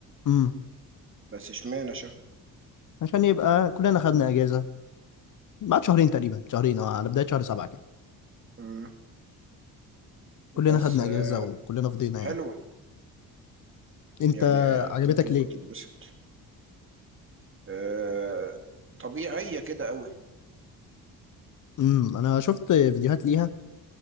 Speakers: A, on the left; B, on the right.
A: امم
B: بس اشمعنى شهر
A: عشان يبقى كلنا خدنا اجازه بعد شهرين تقريبا شهرين اه على بداية شهر سبعة كده
B: امم
A: كلنا
B: بس
A: خدنا
B: آه،
A: اجازة وكلنا فضينا
B: حلوه
A: يعني انت
B: يعني افتكر
A: عجبتك
B: انك
A: ليه؟
B: هتتبسط آه... طبيعيه كده قوي
A: امم انا شفت فيديوهات ليها